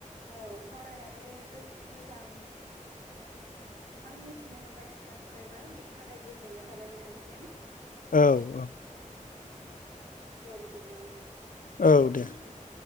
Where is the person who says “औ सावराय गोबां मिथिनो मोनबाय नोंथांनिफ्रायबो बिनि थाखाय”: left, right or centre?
Right